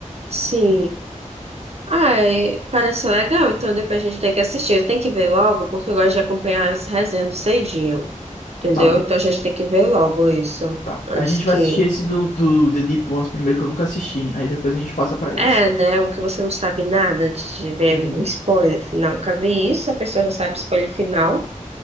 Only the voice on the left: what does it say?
Tá bom,
tá.
A gente
vai assistir esse do, do The Deep Ones primeiro, que eu nunca assisti, aí depois a gente passa pra esse.
Uhum.